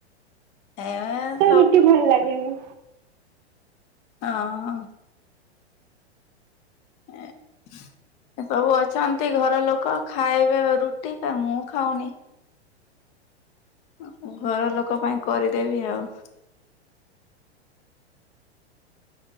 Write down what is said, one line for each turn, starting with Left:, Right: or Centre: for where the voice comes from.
Left: ଇଁ।
Right: କିଛି ଭଲ ଲାଗେନି।
Left: ହଁ। ଏଁ ଏ ସବୁ ଅଛନ୍ତି, ଘର ଲୋକ ଖାଇବେ ରୁଟି ତ ମୁଁ ଖାଉନି। ଅଁ ଘରଲୋକ ପାଇଁ କରିଦେବି ଆଉ।